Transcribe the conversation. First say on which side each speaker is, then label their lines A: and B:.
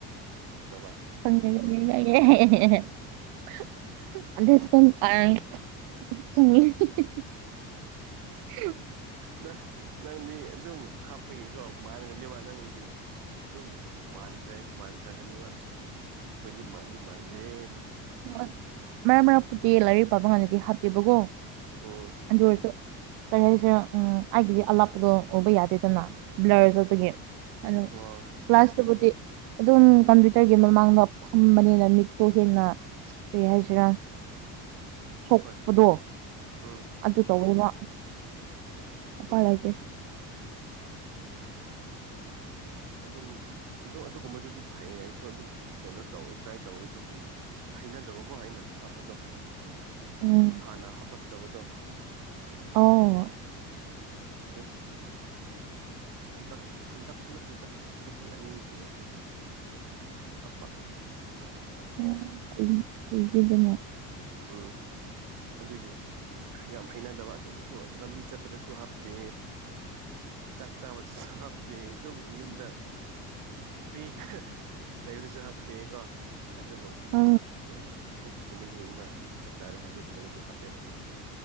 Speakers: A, on the right; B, on the right.
A: ꯎꯠꯊꯣꯛꯇꯕ
B: <unintelligible> ꯑ <unintelligible> ꯈꯪꯉ <inaudible>
A: ꯅꯪ ꯅꯪꯗꯤ ꯑꯗꯨꯝ ꯍꯥꯞꯄꯅꯤꯀꯣ ꯃꯥꯟꯅꯒꯅꯦꯕ ꯅꯪꯒꯤꯗꯤ ꯑꯗꯨꯝ ꯃꯥꯟꯈ꯭ꯔ ꯃꯥꯟꯈ꯭ꯔꯒꯅꯤꯕ ꯑꯩꯈꯣꯏꯗꯤ ꯃꯥꯟꯗꯤ ꯃꯥꯟꯗꯦ
B: ꯍꯣꯏꯣꯏ ꯃꯔꯛ ꯃꯔꯛꯄꯨꯗꯤ ꯂꯥꯏꯔꯤꯛ ꯄꯥꯕ ꯉꯥꯟꯗꯗꯤ ꯍꯥꯞꯇꯦꯕꯀꯣ
A: ꯎꯝ
B: ꯑꯗꯨ ꯑꯣꯏꯔꯁꯨ ꯀꯔꯤ ꯍꯥꯏꯁꯤꯔꯦ ꯎꯝ ꯑꯩꯒꯤꯗꯤ ꯑꯂꯥꯞꯄꯗꯣ ꯎꯕ ꯌꯥꯗꯦꯗꯅ ꯕ꯭ꯂꯔ ꯆꯠꯄꯒꯤ ꯑꯗꯨ
A: ꯑꯣ
B: ꯀ꯭ꯂꯥꯁꯇꯕꯨꯗꯤ ꯑꯗꯨꯝ ꯀꯝꯄ꯭ꯌꯨꯇꯔꯒꯤ ꯃꯃꯥꯡꯗ ꯐꯝꯕꯅꯤꯅ ꯃꯤꯠꯇꯣ ꯍꯦꯟꯅ ꯀꯔꯤ ꯍꯥꯏꯁꯤꯔꯥ ꯁꯣꯛꯄꯗꯣ
A: ꯍꯣꯏ ꯍꯣꯏ ꯑꯩ ꯎꯝ
B: ꯑꯗꯨ ꯇꯧꯋꯦꯕ ꯎꯄꯥꯏꯂꯩꯗꯦ
A: ꯍꯣꯏ ꯑꯗꯨꯝ ꯑꯗꯨꯣ ꯑꯗꯨꯒꯨꯝꯕꯗꯨꯗꯤ ꯐꯩꯌꯦ ꯑꯩꯁꯨ ꯑꯗꯨꯝ ꯀꯩꯅꯣ ꯇꯧꯋꯦ ꯇ꯭ꯔꯥꯏ ꯇꯧꯋꯦ ꯑꯗꯨꯕꯨ ꯍꯩꯅꯗꯕꯀꯣ ꯑꯩꯅ ꯍꯥꯞꯄꯗꯣ
B: ꯎꯝ
A: ꯍꯥꯟꯅ ꯍꯥꯞꯔꯛꯇꯕꯗꯣ
B: ꯑꯥ
A: ꯆꯁ ꯍꯟꯗꯛ ꯍꯟꯗꯛꯁꯨ ꯅꯠꯇꯦꯗ ꯆꯍꯤ ꯑꯅꯤꯒꯨꯝꯕ ꯈꯛꯇꯪ ꯉꯥꯟ ꯍꯥꯞꯄ
B: ꯑꯣ ꯀꯨꯏ ꯀꯨꯏꯗꯦꯗꯅ
A: ꯎꯝ ꯑꯗꯨꯒꯤ ꯌꯥꯝ ꯍꯩꯅꯗꯕ ꯑꯗꯨ ꯑꯗꯨꯁꯨ ꯂꯝꯕꯤ ꯆꯠꯄꯗꯁꯨ ꯍꯥꯞꯇꯦ ꯆꯥꯛ ꯆꯥꯕꯁꯨ ꯍꯥꯞꯇꯦ ꯑꯗꯨꯝ ꯌꯨꯝꯗ ꯐ꯭ꯔꯤ ꯂꯩꯕꯁꯨ ꯍꯥꯞꯇꯦ ꯀꯣ ꯑꯗꯨꯕꯨ
B: ꯑꯥ
A: ꯑꯗꯨꯝ ꯕꯨꯛꯁꯀꯨꯝꯕ ꯌꯦꯡꯕ ꯍꯥꯏꯕ ꯇꯥꯔꯦ ꯑꯗꯨꯒꯨꯝꯕꯗꯗꯤ ꯍꯥꯞꯄꯦꯕ